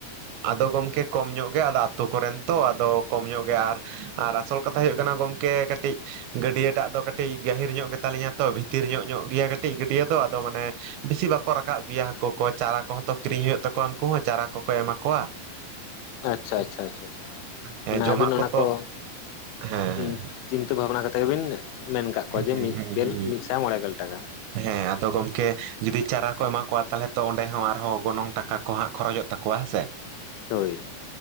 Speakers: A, on the right; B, on the left.
A: ᱟᱫᱚ ᱜᱚᱝᱠᱮ ᱠᱚᱢ ᱧᱚᱜ ᱜᱮ ᱟᱫᱚ ᱟᱹᱛᱩ ᱠᱚᱨᱮᱱ ᱛᱚ ᱟᱫᱚ ᱠᱚᱢ ᱧᱚᱜ ᱜᱮ ᱟᱨ ᱟᱨ ᱟᱥᱚᱞ ᱠᱟᱛᱷᱟ ᱦᱩᱭᱩᱜ ᱠᱟᱱᱟ ᱜᱚᱝᱠᱮ ᱠᱟᱹᱴᱤᱡ ᱜᱟᱹᱰᱭᱟᱹ ᱴᱟᱜ ᱫᱚ ᱠᱟᱹᱴᱤᱡ ᱜᱟᱹᱦᱤᱨ ᱧᱚᱜ ᱜᱮᱛᱟ ᱞᱤᱧᱟ ᱛᱚ ᱵᱷᱤ ᱵᱷᱤᱛᱤᱨ ᱧᱚᱜ ᱧᱚᱜ ᱜᱮᱭᱟ ᱠᱟᱹᱴᱤᱡ ᱜᱟᱹᱰᱭᱟᱹ ᱫᱚ ᱟᱫᱚ ᱢᱟᱱᱮ ᱵᱤᱥᱤ ᱵᱟᱠᱚ ᱨᱟᱠᱟᱵ ᱜᱮᱭᱟ ᱦᱟᱠᱳ ᱠᱚ ᱪᱟᱨᱟ ᱠᱚᱦᱚ ᱛᱚ ᱠᱤᱨᱤᱧ ᱦᱩᱭᱩᱜ ᱛᱟᱠᱚᱣᱟ ᱩᱱᱠᱩ ᱦᱚ ᱪᱟᱨᱟ ᱠᱚᱠᱚ ᱮᱢᱟ ᱠᱚᱣᱟ
B: ᱟᱪᱪᱷᱟ ᱟᱪᱷᱪᱟ ᱟᱪᱷᱟ ᱟᱪᱷᱟ
A: ᱦᱮᱸ
B: ᱢᱟᱱᱮ
A: ᱡᱚᱢᱟᱜ
B: ᱟᱵᱤᱱ ᱚᱱᱟ
A: ᱠᱚᱛᱚ
B: ᱠᱚ
A: ᱦᱮᱸ
B: ᱪᱤᱱ ᱪᱤᱱᱛᱟᱹ ᱵᱷᱟᱵᱽᱱᱟ ᱠᱟᱛᱮᱫ ᱜᱮᱵᱤᱱ ᱢᱮᱱ ᱟᱠᱟᱫ ᱠᱚᱣᱟ
A: ᱦᱮᱸ
B: ᱡᱮ ᱢᱤᱫ ᱜᱮᱞ ᱢᱤᱫ ᱥᱟᱭ ᱢᱚᱬᱮ ᱜᱮᱞ ᱴᱟᱠᱟ
A: ᱦᱮᱸ ᱟᱫᱚ ᱜᱚᱝᱠᱮ ᱡᱩᱫᱤ ᱪᱟᱨᱟ ᱠᱚ ᱮᱢᱟ ᱠᱚᱣᱟ ᱛᱟᱦᱚᱞᱮ ᱛᱚ ᱚᱸᱰᱮ ᱦᱚ ᱟᱨᱦᱚ ᱜᱚᱱᱚᱝ ᱴᱟᱠᱟ ᱠᱚ ᱦᱟ ᱠᱷᱚᱨᱚᱪᱚᱜ ᱛᱟᱠᱚᱣᱟ ᱦᱮᱸ ᱥᱮ
B: ᱦᱳᱭ